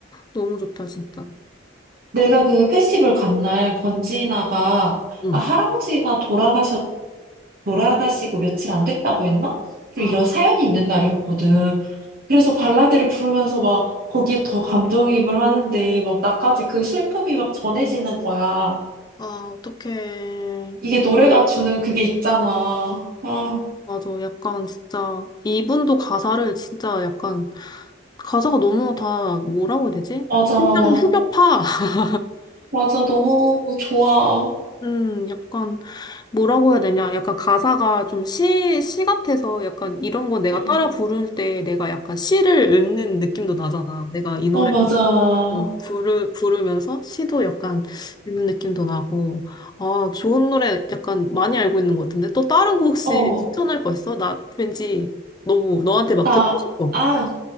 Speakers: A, on the left; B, on the right.
A: 너무 좋다, 진짜.
B: 내가
A: 아,
B: 그 페스티벌 간 날 권지나가
A: 응.
B: 아, 할아버지가 돌아가셨 돌아가시고 며칠 안 됐다고 했나? 좀
A: 아,
B: 이런 사연이 있는 날이었거든. 그래서 발라드를 부르면서 막 거기에 더 감정이입을 하는데 막 나까지 그 슬픔이 막 전해지는 거야.
A: 아, 어떡해.
B: 이게 노래가 주는 그게 있잖아. 아,
A: 맞아. 약간 진짜 이분도 가사를 진짜 약간 가사가 너무 다 뭐라고 해야 되지?
B: 맞아.
A: 심장 후벼파. <laughs>
B: 맞아. 너무 좋아.
A: 음, 약간 뭐라고 해야 되냐? 약간 가사가 좀 시, 시 같아서 약간 이런 거 내가
B: 응.
A: 따라 부를 때 내가 약간 시를 읊는 느낌도 나잖아. 내가 이 노래
B: 어, 맞아.
A: 음, 부르, 부르면서 시도 약간 읊는 느낌도 나고. 아, 좋은 노래 약간 많이 알고 있는 것 같은데? 또 다른 거 혹시
B: 어,
A: 추천할 거 있어? 나 왠지 너무 너한테 막
B: 나,
A: 듣고 싶어.
B: 아,